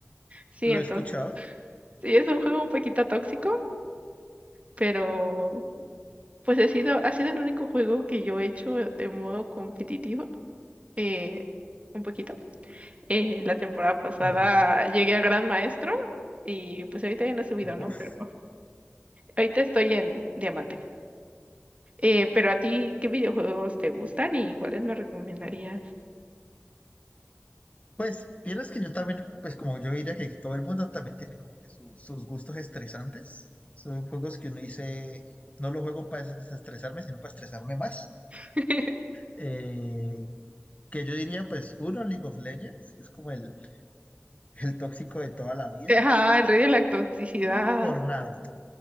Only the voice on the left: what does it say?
lo
he escuchado.
Ujú.
Uf.
Pues, vieras que yo también, pues como yo diría que todo el mundo también tiene como que su- sus gustos estresantes. Son juegos que uno dice, no los juego para desestresarme, sino para estresarme más.
Eh, que yo diría, pues, uno, League of Legends, que es como el, el tóxico de toda la vida,
y Fortnite,